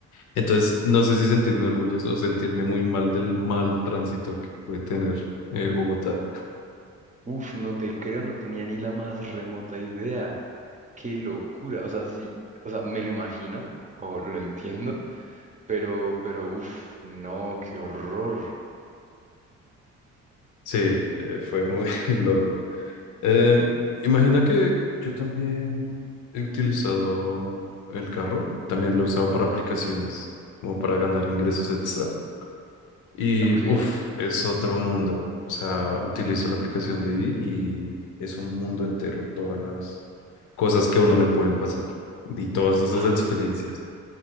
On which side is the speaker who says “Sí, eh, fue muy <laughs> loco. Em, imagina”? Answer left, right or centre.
Left